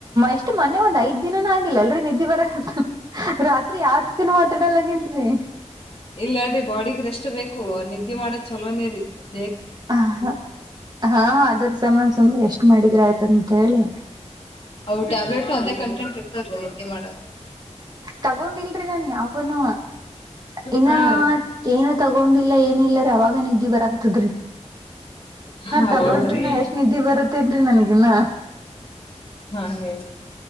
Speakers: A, on the right (about 35°); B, on the left (about 50°).
A: ಎಷ್ಟು ಮೊೆ ಒಂದ್ಐದ್ ದಿನನ ಆಗಿಲ್ಲ ಎಲ್ರ ನಿದ್ದೆ ಬರಕ್ಂತ ರಾತ್ರಿ ಯಾವ ರೀತನೂ ಮಾತಾಡಲ್ಲಗೇನ್ರಿ
B: ಇಲ್ಲಾಡ್ರಿ ಬಾಡಿಗ್ ರೆಸ್ಟ್ ಬೇಕು ನಿದ್ದೆ ಮಾಡ ಚಲೋನೇ ಇರಿ ಬೇ
A: ಹ ಹ ಹಾ ಅದ್ರ ಸಮಾನ ಸುಂಬ್ರ ಎಷ್ಟ ಮಾಡಿದ್ರ ಆಯ್ತ ಅಂತ ಹೇಳಿ
B: ಅ ಟ್ಯಾಬ್ಲೆಟ್ ಅದೇ ಕಂಟೆಂಟ್ ಇರ್ತವ ನಿೆ ಮಾಡ
A: ತಗೊಂಡಿಲ್ರಿ ನಾ ಯಾವನು ಇನ್ನ
B: ಹಾ ರೀ
A: ಏನು ತಗೊಂಡಿಲ್ಲ ಏನ ಇಿಲ್ಲಾರ ಅವಾಗ ನಿದ್ದಿ ಬರ್ತದೆ
B: ಹೌದ್ರಿ
A: ತಗೊಂಡ್ರಿನ ಎಷ್ಟ್ ನಿದ್ದಿ ಬರತ್ತೇನ್ರಿ ನನಗಿನ್ನ
B: ಹಾ ಹೇಳ